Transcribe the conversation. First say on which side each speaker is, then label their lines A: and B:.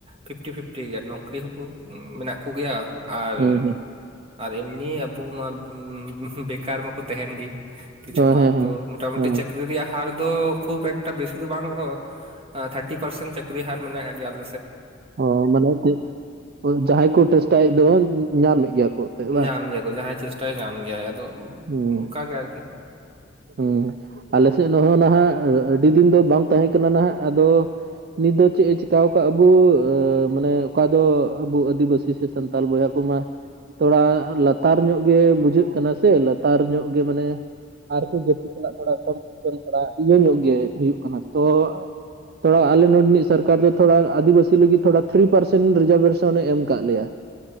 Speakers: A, on the right; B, on the right.
A: ᱯᱷᱤᱯᱴᱤ ᱯᱷᱤᱯᱴᱤ ᱜᱮᱭᱟ ᱱᱚᱠᱨᱤ ᱦᱚᱸᱠᱚ ᱢᱮᱱᱟᱜ ᱠᱚᱜᱮᱭᱟ ᱟᱨ
B: ᱦᱮᱸ ᱦᱮᱸ
A: ᱟᱨ ᱮᱢᱱᱤ ᱟᱵᱚ ᱢᱟ ᱵᱮᱠᱟᱨ ᱢᱟᱠᱚ ᱛᱟᱦᱮᱱ ᱜᱮᱤ ᱠᱤᱪᱷᱩ
B: ᱦᱮᱸ
A: ᱢᱟ
B: ᱦᱮᱸ ᱦᱮᱸ
A: ᱛᱚ ᱢᱚᱴ ᱢᱩᱩᱴᱤ
B: ᱦᱮᱸ
A: ᱪᱟᱹᱠᱨᱤ ᱨᱮᱭᱟᱜ ᱦᱚᱸ ᱟᱨ ᱫᱚ ᱠᱷᱩᱵ ᱮᱠᱴᱟ ᱵᱮᱥᱤ ᱫᱚ ᱵᱟᱝ ᱨᱮᱦᱚᱸ ᱛᱷᱟᱨᱴᱤ ᱯᱟᱨᱥᱮᱱᱴ ᱪᱟᱹᱠᱨᱤ ᱦᱟᱨ ᱢᱮᱱᱟᱜ ᱜᱮᱭᱟ ᱟᱞ
B: ᱚ ᱢᱟᱱᱮ ᱪᱮᱫ ᱡᱟᱦᱟᱸᱭ ᱠᱚ ᱪᱮᱥᱴᱟᱭᱮᱫ ᱫᱚ ᱧᱟᱢᱮᱫ ᱜᱮᱭᱟ ᱠᱚ ᱮᱱᱛᱮᱫ
A: ᱧᱟᱢ ᱜᱮᱭᱟ ᱠᱚ ᱡᱟᱦᱟᱸᱭ ᱪᱮᱥᱴᱟᱭ ᱧᱟᱢ ᱜᱮᱭᱭᱟ ᱟᱫᱚ
B: ᱦᱸ
A: ᱚᱱᱠᱟ ᱜᱮ ᱟᱨᱠᱤ
B: ᱦᱮᱸ ᱟᱞᱮ ᱥᱮᱫ ᱦᱚᱸ ᱱᱟᱦᱟᱜ ᱟᱹᱰᱤ ᱫᱤᱱ ᱫᱚ ᱵᱟᱝ ᱛᱟᱦᱮᱸ ᱠᱟᱱᱟ ᱱᱟᱦᱟᱜ ᱟᱫᱚ ᱱᱤᱛ ᱫᱚ ᱪᱮᱫ ᱮ ᱪᱤᱠᱠᱟ ᱟᱠᱟᱫᱼᱟ ᱟᱵᱚ ᱢᱟᱱᱮ ᱚᱠᱟ ᱫᱚ ᱟᱵᱚ ᱟᱹᱫᱤᱵᱟᱹᱥᱤ ᱥᱮ ᱥᱟᱱᱛᱟᱞ ᱵᱚᱭᱦᱟ ᱠᱚ ᱛᱷᱚᱲᱟ ᱞᱟᱛᱟᱨ ᱧᱚᱜ ᱜᱮ ᱵᱩᱡᱷᱟᱹᱜ ᱠᱟᱱᱟ ᱥᱮ ᱞᱟᱛᱟᱨ ᱧᱚᱜ ᱜᱮ ᱢᱟᱱᱮ ᱟᱨᱠᱚ ᱡᱟᱹᱛᱤ ᱥᱟᱞᱟᱜ ᱛᱷᱚᱲᱟ ᱠᱚᱢᱯᱤᱴᱤᱥᱚᱱ ᱛᱷᱚᱲᱟ ᱤᱭᱟᱹ ᱧᱚᱜ ᱜᱮ ᱦᱩᱭᱩᱜ ᱠᱟᱱᱟ ᱛᱚ ᱛᱷᱚᱲᱟ ᱟᱞᱮ ᱱᱚᱰᱮᱱᱤᱡ ᱥᱚᱨᱠᱟᱨ ᱫᱚ ᱛᱷᱚᱲᱟ ᱟᱹᱫᱤᱵᱟᱹᱥᱤ ᱞᱟᱹᱜᱤᱫ ᱛᱷᱚᱲᱟ ᱛᱷᱨᱤ ᱯᱟᱨᱥᱮᱱ ᱨᱤᱡᱟᱨᱵᱷᱮᱥᱚᱱᱮ ᱮᱢ ᱟᱠᱟᱟᱜ ᱞᱮᱭᱟ